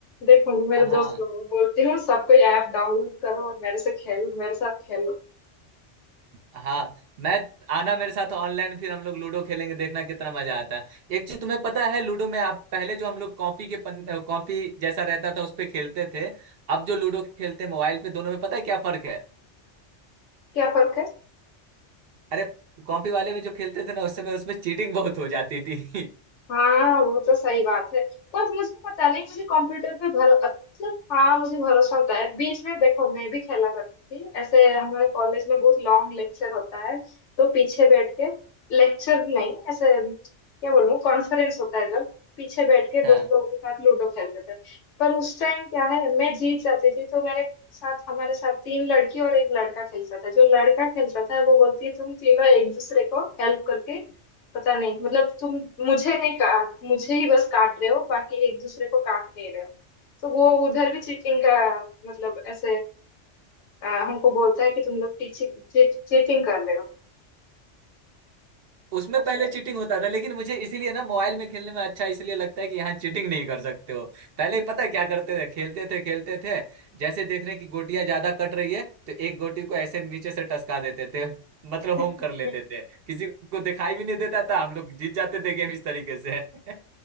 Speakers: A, on the left; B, on the right.
A: देखूंगी मेरे
B: हाँ
A: दोस्त लोगों को बोलती हूँ सबको ऐप डाउनलोड करो और मेरे से खेल मेरे साथ खेलो
B: हाँ मैं आना मेरे साथ ऑनलाइन फिर हम लोग लूडो खेलेंगे देखना कितना मजा आता है एक चीज तुम्हें पता है लूडो में आप पहले जो हम लोग कॉपी के पन कॉपी जैसा रहता था उस पे खेलते थे अब जो लूडो खेलते हैं मोबाइल पे दोनों में पता है क्या फर्क है
A: क्या फर्क है
B: अरे कॉपी वाले में जो खेलते थे ना उस समय उसमें चीटिंग बहुत हो जाती थी <laughs>
A: हाँ वो तो सही बात है पर मुझे पता नहीं मुझे कंप्यूटर पे भरो मतलब हाँ मुझे भरोसा होता है बीच में देखो मैं भी खेला करती थी ऐसे हमारे कॉलेज में बहुत लॉन्ग लेक्चर होता है तो पीछे बैठ के लेक्चर नहीं ऐसे क्या बोलूं कॉन्फ्रेंस होता है जब पीछे बैठ के
B: हाँ
A: दोस्त लोगों के साथ लूडो खेलते थे पर उस टाइम क्या है मैं जीत जाती थी तो मेरे साथ हमारे साथ तीन लड़की और एक लड़का खेलता था जो लड़का खेलता था वो बोलती है तुम तीनों एक दूसरे को हेल्प करके पता नहीं मतलब तुम मुझे नहीं काट मुझे ही बस काट रहे हो बाकी एक दूसरे को काट नहीं रहे हो तो वो उधर भी चीटिंग का मतलब ऐसे आ, हमको बोलता है कि तुम लोग चीटिंग कर रहे हो
B: उसमें
A: ऐसे
B: पहले चीटिंग होता था लेकिन मुझे इसीलिए ना मोबाइल में खेलने में अच्छा इसलिए लगता है कि यहाँ चीटिंग नहीं कर सकते हो पहले पता है क्या करते थे खेलते थे खेलते थे जैसे देख रहे हैं कि गोटियां ज्यादा कट रही है तो एक गोटी को ऐसे नीचे से टसका देते थे मतलब
A: हाँ
B: होम कर लेते थे किसी को दिखाई भी नहीं देता था हम लोग जीत जाते थे गेम इस तरीके से <laughs>